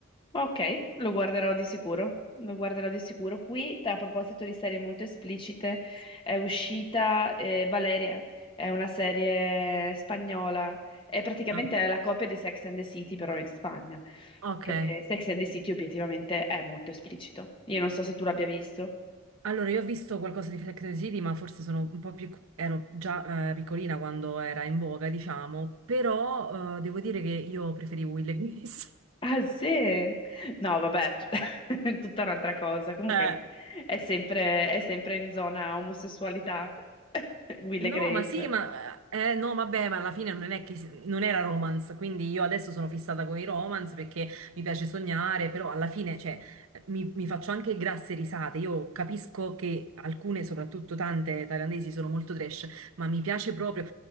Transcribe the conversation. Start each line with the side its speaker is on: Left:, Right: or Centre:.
Left: Ok, lo guarderò di sicuro, lo guarderò di sicuro. Qui, a proposito di serie molto esplicite, è uscita eh, Valeria, è una serie spagnola, è praticamente
Right: Ah,
Left: la copia di Sex and the City, però in Spagna.
Right: ok.
Left: E Sex and the City obiettivamente è molto esplicito. Io non so se tu l'abbia visto.
Right: Allora, io ho visto qualcosa di Sex and the City, ma forse sono un po' più... ero già eh, piccolina quando era in voga, diciamo, però eh, devo dire che io preferivo Will e Grace.
Left: Ah, sì? No, vabbè, tut- <laughs> è tutta un'altra cosa. Comunque
Right: <laughs> Eh.
Left: è sempre, è sempre in zona omosessualità, <laughs> Will
Right: No,
Left: e Grace.
Right: ma sì, ma eh, eh, no, vabbè, ma alla fine non è che non era romance, quindi io adesso sono fissata con i romance perché mi piace sognare, però alla fine, cioè, eh, mi, mi faccio anche grasse risate. Io capisco che alcune, soprattutto tante thailandesi, sono molto trash, ma mi piace proprio.